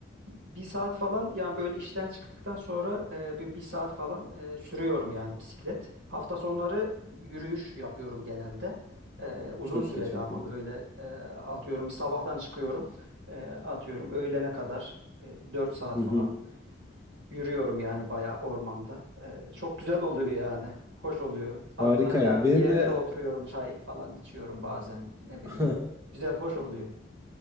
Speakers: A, on the right; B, on the right.
A: bir saat falan yani böyle işten çıktıktan sonra e, bir, bir saat falan e, sürüyorum yani bisiklet. Hafta sonları yürüyüş yapıyorum genelde. E, uzun
B: Çok
A: süreli
B: iyi, çok
A: ama
B: iyi.
A: böyle e, atıyorum sabahtan çıkıyorum e, atıyorum öğlene kadar e, 4 saat
B: Hı
A: falan
B: hı.
A: Yürüyorum yani bayağı ormanda. Ee, çok güzel oluyor yani. Hoş oluyor. Hatta
B: Harika ya.
A: yani
B: Benim
A: bir yerlere
B: de
A: oturuyorum, çay falan içiyorum bazen. Ne bileyim.
B: <laughs>
A: Güzel, hoş oluyor.